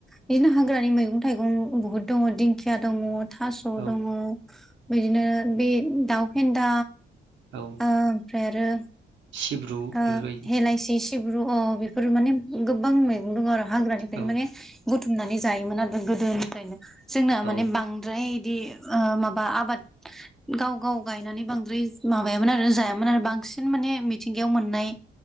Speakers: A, in the centre; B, on the right.
A: बिदिनो हाग्रानि मैगं थाइगं बुहुद दङ दिंखिया दङ थास'
B: औ
A: दङ बिदिनो बे दाउ फेन्दा
B: औ
A: ओमफ्राय आरो
B: सिब्रु
A: आओ
B: बेफोरबायदि
A: हेलाायसिस <unintelligible> ब्रु अ बेफोरो माने गोबां मैगं दं आरो हाग्रानिफ्राय
B: औ
A: माने बुथुमनानै जायोमोन आरो गोदोनिफ्रायनो जोंना
B: औ
A: माने बांद्राय बिदि ओ माबा आबाद गाव गाव गायनानै बांद्राय माबायामोन आरो जायामोन मोन आरो बांसिन माने मिथिंगायाव मोननाय